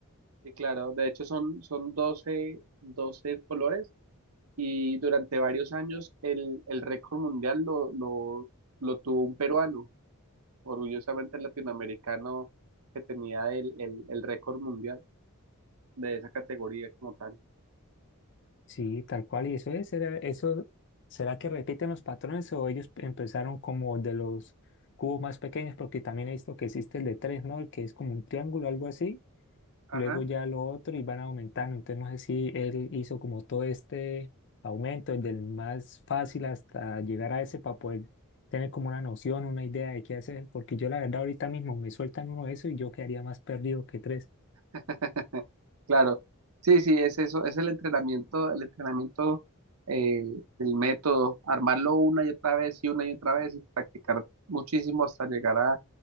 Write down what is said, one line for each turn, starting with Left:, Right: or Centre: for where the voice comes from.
Right: sí, claro. De hecho, son, son doce 12 colores y durante varios años el, el récord mundial lo, lo, lo tuvo un peruano, orgullosamente el latinoamericano que tenía el, el, el récord mundial de esa categoría como tal.
Left: Sí, tal cual, y eso es, será, eso, ¿será que repiten los patrones o ellos empezaron como de los cubos más pequeños? Porque también he visto que existe el de tres, ¿no? El que es como un triángulo, algo así,
Right: Ajá.
Left: luego ya lo otro y van aumentando. Entonces no sé si él hizo como todo este aumento, el del más fácil hasta llegar a ese para poder tener como una noción, una idea de qué hacer, porque yo la verdad ahorita mismo me sueltan uno de eso y yo quedaría más perdido que tres.
Right: <laughs> Claro, sí, sí, es eso, es el entrenamiento, el entrenamiento, eh, el método, armarlo una y otra vez y una y otra vez y practicar muchísimo hasta llegar a